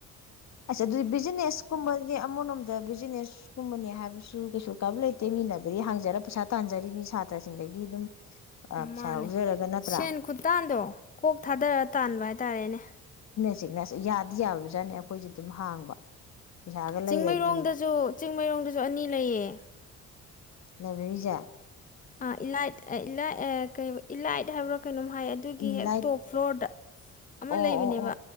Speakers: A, on the left; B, on the left.
A: ꯑꯆꯥ ꯑꯗꯨꯗꯤ ꯕꯤꯖꯤꯅꯦꯁ ꯀꯨꯝꯕ ꯑꯃꯣꯝꯗ ꯕꯤꯖꯤꯅꯦꯁ ꯀꯨꯝꯕꯅꯦ ꯍꯥꯏꯕꯁꯨ ꯀꯩꯁꯨ ꯀꯥꯏꯕ ꯂꯩꯇꯦ ꯃꯤꯅꯥꯏꯕꯗꯤ ꯍꯥꯡꯖꯔ ꯄꯩꯁꯥ ꯇꯥꯟꯖꯔꯤ ꯃꯤ ꯁꯥꯇ꯭ꯔꯁꯤꯡꯗꯒꯤ ꯑꯗꯨꯝ ꯄꯩꯁꯥ
B: ꯃꯥꯅꯦ
A: ꯂꯧꯖꯔꯒ ꯅꯠꯇ꯭ꯔꯥ
B: ꯁꯦꯟ ꯈꯨꯇꯥꯡꯗꯣ ꯀꯣꯛ ꯊꯥꯗꯔ ꯇꯥꯟꯕ ꯍꯥꯏꯇꯥꯔꯦꯅꯦ
A: ꯁꯤꯛꯅꯦ ꯌꯥꯗꯤ ꯌꯥꯕꯖꯥꯠꯅꯦ ꯑꯩꯈꯣꯏꯁꯨꯦ ꯑꯗꯨꯝ ꯍꯥꯡꯕ ꯄꯩꯁꯥꯒ
B: ꯆꯤꯡꯃꯩꯔꯣꯡꯗꯁꯨ
A: ꯂꯩꯔꯗꯤ
B: ꯆꯤꯡꯃꯩꯔꯣꯡꯗꯁꯨ ꯑꯅꯤ ꯂꯩꯌꯦ
A: ꯂꯕꯔꯤꯖꯥ
B: ꯑ ꯏꯂꯥꯏꯠꯥꯏ ꯀ ꯏꯂꯥꯏꯠ ꯍꯥꯏꯕ꯭ꯔꯥ ꯀꯩꯅꯣꯝ ꯍꯥꯏ ꯑꯗꯨꯒꯤ
A: ꯏꯟꯂꯥꯏꯠ
B: ꯍꯦꯛ ꯇꯣꯞ ꯐ꯭ꯂꯣꯔꯗ ꯑꯃ
A: ꯑꯣ
B: ꯂꯩꯕꯅꯦꯕ
A: ꯑꯣ ꯑꯣ